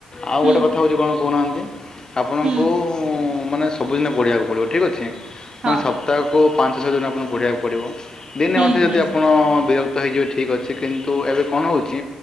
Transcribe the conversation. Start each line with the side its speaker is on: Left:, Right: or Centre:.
Left: ଆଉ
Right: ହୁଁ
Left: ଗୋଟେ କଥା ହେଉଛି କଣ କହୁନାହାନ୍ତି? ଆପଣଙ୍କୁ
Right: ହୁଁ
Left: ମାନେ ସବୁଦିନ ପଢ଼ିବାକୁ ପଡ଼ିବ ଠିକ୍ ଅଛି
Right: ହଁ
Left: ମାନେ ସପ୍ତାହକୁ ପାଞ୍ଚ ଛଅ ଜଣ ଆପଣଙ୍କୁ ପଢ଼ିବାବାକୁ ପଡ଼ିବ ଦିନେ ଅଧେ
Right: ହୁଁ
Left: ଯଦି ଆପଣ ବିରକ୍ତ ହେଇଯିବେ ଠିକ୍ ଅଛି କିନ୍ତୁ ତ ଏବେ କଣ ହେଉଛି